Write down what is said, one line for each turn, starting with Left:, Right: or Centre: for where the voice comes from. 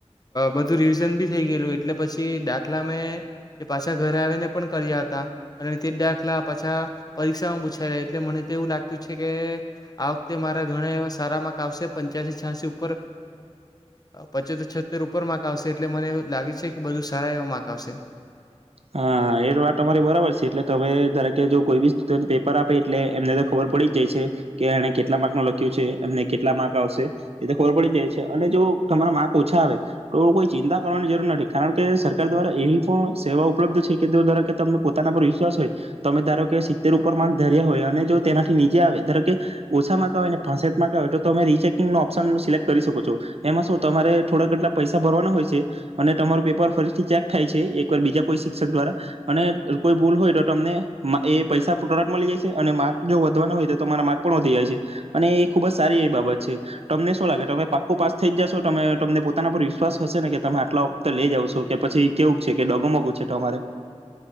Left: બધું રિવિઝન બી થઈ ગયેલું એટલે પછી દાખલા મેં એ પાછા ઘરે આવીને પણ કર્યા હતા અને તે જ દાખલા પાછા પરીક્ષામાં પૂછ્ એટલે મને તો એવું લાગતું છે કે આ વખતે મારા ઘણા એવા સારા માર્ક આવશે પંચ્યાસી છ્યાસી ઉપર પચોતેર છોતેર ઉપર માર્ક આવશે એટલે મને એવું લાગે છે કે બધું સારા એવા માર્ક આવશે.
Right: હા એ વાત તમારી બરાબર છે એટલે તમે ધારો કે જો કોઈ બી સ્ટુડન્ટ પેપર આપે એટલે એમને તો ખબર પડી જ જાય છે કે એને કેટલા માર્ક ન લખ્યું છે. એમને કેટલા માર્ક આવશે એ તો ખબર પડી જાય છે અને જો તમારા માર્ક ઓછા આવે તો કોઈ ચિંતા કરવાની જરૂર નથી કારણ કે સરકાર દ્વારા એવી પણ સેવા ઓ ઉપલબ્ધ છે કે તમને પોતાના પર વિશ્વાસ હોય. તમે ધારો કે સિત્તેર ઉપર માર્ક ધર્યા હોય અને જો તેનાથી નીચે આવે ધારો કે ઓછા માર્ક આવે અને પાંસઠ માર્ક આવે તો તમે રીચેકિંગ નો ઓપ્શન સિલેક્ટ કરી શકો છો. એમાં શું તમારે થોડા કેટલા પૈસા ભરવાના હોય છે અને તમારું પેપર ફરીથી ચેક થાય છે એકવાર બીજા કોય શિક્ષક દ્વારા અને કોઈ ભૂલ હોય તો તમને એ પૈસા તરત મળી જાય છે અને માર્ક જો વધવાનો હોય તો તમારા માર્ક પણ વધી જાય છે અને એ ખુબ જ સારી એવી બાબત છે તમને શું લાગે તમે પાકુ પાસ થઈ જ જાશો તમે તમને પોતાના પર વિશ્વાસ હશે ને કે તમે આટલા ઉપર લઈ આવશો કે પછી કેવું છે કે ડગુમગું છે. છે તમારે